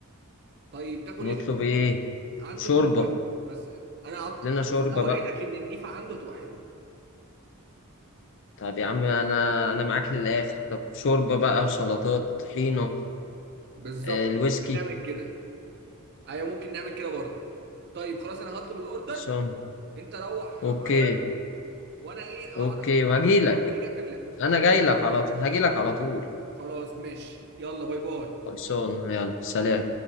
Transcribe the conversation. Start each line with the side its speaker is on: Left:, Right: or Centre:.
Right: طيب تاكل
Left: نطلب
Right: ايه تاني
Left: ايه
Right: عنده
Left: شوربة
Right: النيفه بس انا عط...
Left: لنا
Right: بص
Left: شوربة
Right: اوعدك
Left: بقى
Right: ان النيفه عنده هتبقى حلوه
Left: طب يا عم انا انا معاك للاخر طب شوربة بقى وسلطات طحينة
Right: بالظبط
Left: آه، الويسكي
Right: ممكن نعمل كده ايوه ممكن نعمل كده برضه طيب خلاص انا هطلب الاوردر
Left: خلصان
Right: انت روح
Left: اوكي
Right: غير وانا ايه هقعد
Left: اوكي
Right: استنى
Left: وهجيلك
Right: اول ما اجي اكلمها
Left: انا جايلك على طول هجيلك على طول
Right: خلاص ماشي يلا باي باي
Left: خلصان يلا سلام